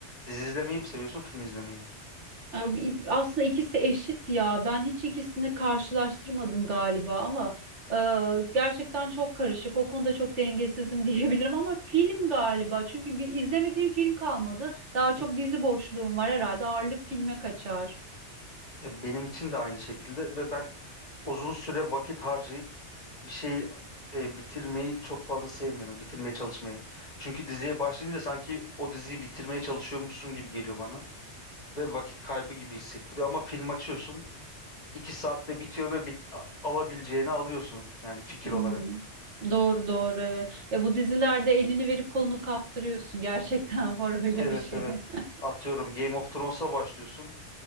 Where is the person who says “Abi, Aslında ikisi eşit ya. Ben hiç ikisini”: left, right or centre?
Right